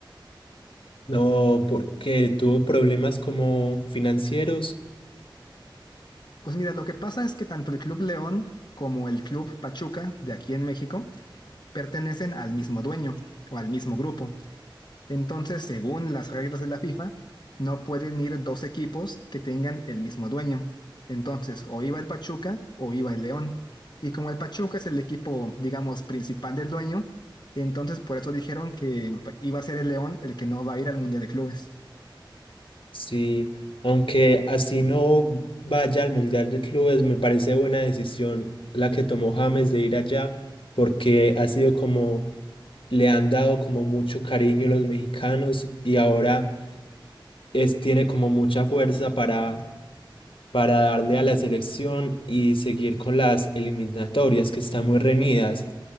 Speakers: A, on the left; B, on the left.
A: No, porque tuvo problemas como financieros.
B: Pues mira, lo que pasa es que tanto el Club León como el Club Pachuca de aquí en México pertenecen al mismo dueño o al mismo grupo. Entonces, según las reglas de la FIFA, no pueden ir dos equipos que tengan el mismo dueño. Entonces, o iba el Pachuca o iba el León. Y como el Pachuca es el equipo, digamos, principal del dueño, entonces por eso dijeron que iba a ser el León el que no va a ir al Mundial de Clubes.
A: Sí, aunque así no vaya al Mundial de Clubes, me parece buena decisión la que tomó James de ir allá, porque ha sido como, le han dado como mucho cariño los mexicanos y ahora es, tiene como mucha fuerza para, para darle a la selección y seguir con las eliminatorias que están muy reñidas.